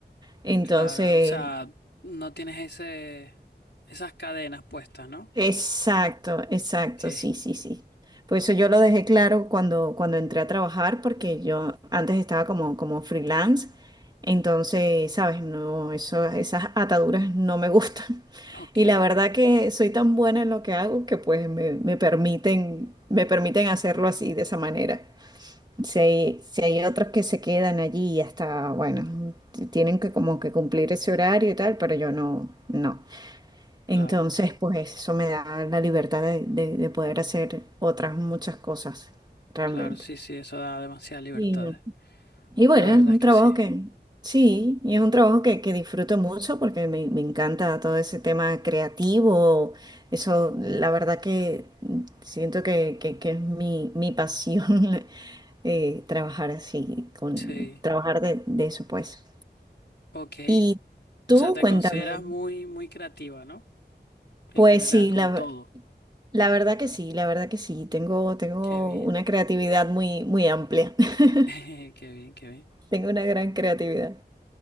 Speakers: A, on the right; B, on the left.
A: Entonces,
B: claro, o sea, no tienes ese, esas cadenas puestas, ¿no?
A: Exacto, exacto,
B: Ok,
A: sí, sí, sí. Por eso yo lo dejé claro cuando, cuando entré a trabajar, porque yo antes estaba como, como freelance, entonces, sabes, no, eso, esas ataduras no me gustan. <laughs>
B: <laughs> ok,
A: Y la verdad que soy tan buena en lo que hago que pues me, me permiten, me permiten hacerlo así, de esa manera. Si hay, si hay otros que se quedan allí y hasta, bueno, t- tienen que como que cumplir ese horario y tal, pero yo no, no.
B: claro,
A: Entonces, pues eso me da la libertad de, de- de poder hacer otras muchas cosas, realmente.
B: claro, sí, sí, eso da demasiadas libertades,
A: Y, y bueno,
B: la verdad
A: es un
B: es que
A: trabajo
B: sí,
A: que, sí, y es un trabajo que, que disfruto mucho porque me, me encanta todo ese tema creativo. Eso, la verdad que siento que, que- que es mi, mi pasión <laughs> eh, trabajar así, con,
B: sí,
A: trabajar de, de eso, pues.
B: ok,
A: Y tú,
B: o sea, te
A: cuéntame.
B: consideras muy, muy creativa, ¿no? En
A: Pues
B: general,
A: sí,
B: con
A: la,
B: todo,
A: La verdad que sí, la verdad que sí. Tengo, tengo
B: qué bien,
A: una creatividad muy, muy amplia. <laughs>
B: <laughs> qué bien, qué bien.
A: Tengo una gran creatividad.